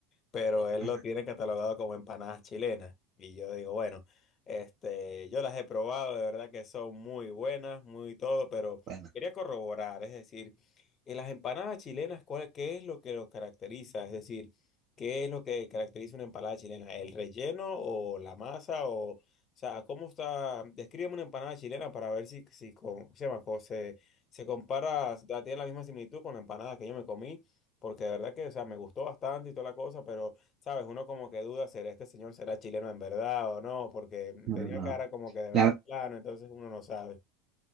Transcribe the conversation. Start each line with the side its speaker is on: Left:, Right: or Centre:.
Left: pero él
Right: Bueno,
Left: lo tiene catalogado como empanadas chilenas. Y yo digo, bueno, este, yo las he probado, de verdad que son muy buenas, muy todo, pero
Right: bueno,
Left: quería corroborar, es decir, en las empanadas chilenas, ¿cuál, qué es lo que los caracteriza? Es decir, ¿qué es lo que caracteriza una empanada chilena? ¿El relleno o la masa o, o sea, cómo está? Descríbeme una empanada chilena para ver si, si, com- se llama? co- se, se compara, da- tiene la misma similitud con la empanada que yo me comí porque de verdad que, o sea, me gustó bastante y toda la cosa, pero, ¿sabes? Uno como que duda, ¿será este señor será chileno en verdad o no? Porque
Right: no,
Left: tenía
Right: no, no,
Left: cara como que de venezolano,
Right: la-
Left: entonces uno no sabe.